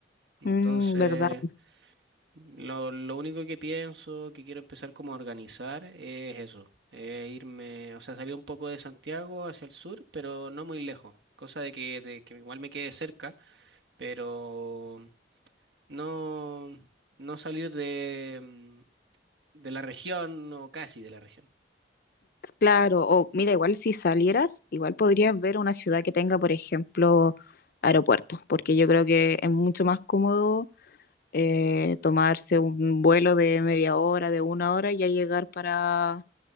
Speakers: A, on the right; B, on the left.
A: Entonces,
B: Mm, ¿verdad?
A: lo, lo único que pienso, que quiero empezar como a organizar es eso, es irme, o sea, salir un poco de Santiago hacia el sur, pero no muy lejos, cosa de que, de que igual me quede cerca, pero no, no salir de, mm, de la región o casi de la región.
B: Claro, o mira, igual si salieras, igual podrías ver una ciudad que tenga, por ejemplo, aeropuertos, porque yo creo que es mucho más cómodo eh, tomarse un vuelo de media hora, de una hora y ya llegar para,